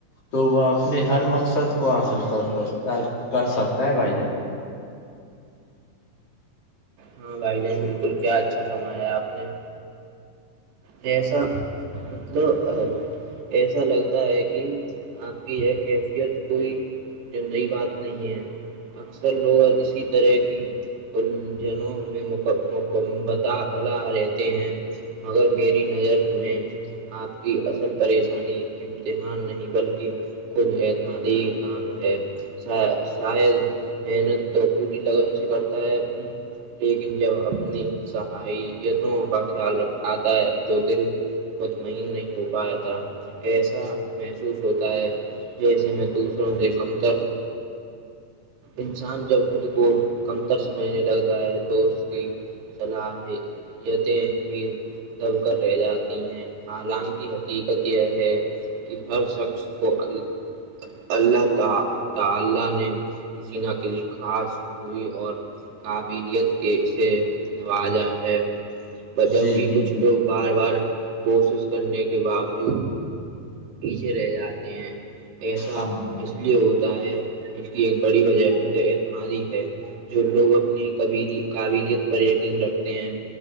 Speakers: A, on the left; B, on the right.
A: تو وہ اپنے ہر مقصد کو حاصل کر سکتا کر سکتا ہے بھائی جان
B: ہاں بھائی جان بالکل کیا اچھا فرمایا آپ نے جیسا مطلب <unintelligible> ایسا لگتا ہے کہ آپ کی یہ کیفیت کوئی ج نئی بات نہیں ہے اکثر لوگ اور اسی طرح کی الجھنوں میں مکمبلا رہتے ہیں مگر میری نظر میں آپ کی اصل پریشانی امتحان نہیں بلکہ خود اعتمادی کام ہے شاید محنت تو پوری لگن سے کرتا ہے لیکن جب اپنی صحیتوں کا خیال رکھ آتا ہے تو دل مطمئن نہیں ہو پاتیاا ایسا محسوس ہوتا ہے جیسے میں دوسروں سے کمتر انسان جب خود کو کمتر سمجھنے لگتا ہے تو اس کی صلاحییتیں بھی دب کر رہ جاتی ہیں حالان کی حقیقت یہ ہے کہ ہر شخص کو ال اللہ ت تاللہ نے کسی نہ کسی خاص ہوئی اور قابلیت کی سےے نوازا ہے بجب
A: جی
B: کی
A: جی
B: کچھ
A: بالکل
B: لوگ بار بار کوشش کرنے کے باوجود پیچھے رہ جاتے ہیں ایسا
A: ہاں ہاں
B: اس لیے ہوتا ہے اس کی ایک بڑی وجہ خود اعتماد ہے جو لوگ اپنی قبیلی قابلیت پر یقین رکھتے ہیں